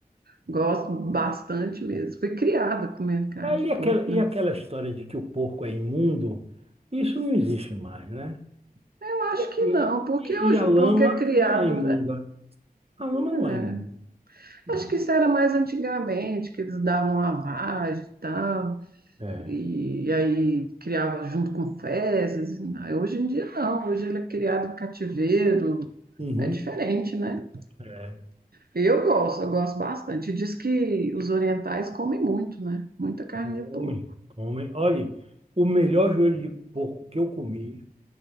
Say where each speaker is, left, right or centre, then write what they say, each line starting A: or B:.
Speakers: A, on the right (about 85°); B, on the right (about 40°).
A: Gosto bastante mesmo.
B: É,
A: Fui criada comendo carne
B: É,
A: de
B: e aquela,
A: porco,
B: e
A: né?
B: aquela história de que o porco é imundo, isso não existe mais, né?
A: Eu acho
B: E, assim,
A: que não, porque
B: e-
A: hoje
B: e a
A: o
B: lama
A: porco é criado.
B: não é imunda. A lama
A: né?
B: não é imunda, né?
A: Acho que isso era mais antigamente, que eles davam lavagem e tal,
B: É.
A: e aí criava junto com fezes. Aí Hoje em dia não, hoje ele é criado em cativeiro.
B: Uhum.
A: É diferente, né?
B: É,
A: Eu gosto, eu gosto bastante. Diz que os orientais comem muito, né? Muita carne
B: come,
A: de porco.
B: come. Olha, o melhor joelho de porco que eu comi